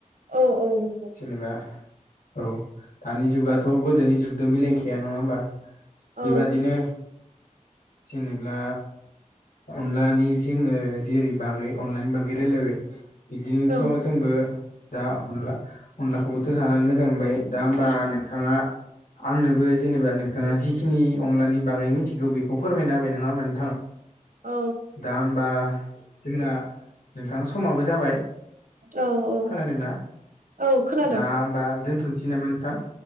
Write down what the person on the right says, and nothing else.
औ औ नंगौ
औ
औ
औ
औ औ
औ खोनादों